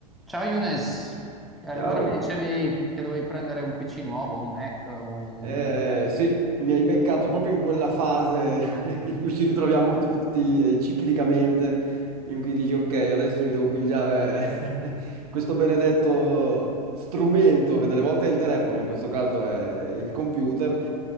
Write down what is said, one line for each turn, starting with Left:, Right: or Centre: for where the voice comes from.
Centre: Ciao Younes, Eh, allora
Right: Ciao,
Centre: mi dicevi che dovevi prendere un PC nuovo, un Mac o un... non
Right: Eh,
Centre: mi
Right: sì, mi hai beccato proprio in quella fase
Centre: ricordo-
Right: <laughs> in
Centre: eh,
Right: cui ci ritroviamo tutti eh, ciclicamente, in cui dici ok, adesso mi devo pigliare <laughs> questo benedetto strumento, che delle volte è il telefono, in questo caso è il computer.